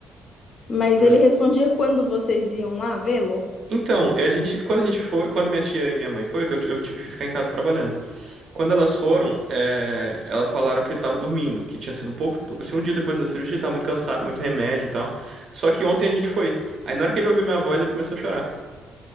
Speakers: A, on the left; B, on the right.
A: Mas
B: Grunhe.
A: ele respondia quando vocês iam lá vê-lo?
B: Então, e a gente, quando a gente foi, quando minha tia e minha mãe foram, que eu, t- eu tive que ficar em casa trabalhando. Quando elas foram, é, elas falaram que ele tava dormindo, que tinha sido um pouco. Se um dia depois da cirurgia, tava muito cansado, muito remédio e tal. Só que ontem a gente foi. Aí na hora que ele ouviu minha voz, ele começou a chorar.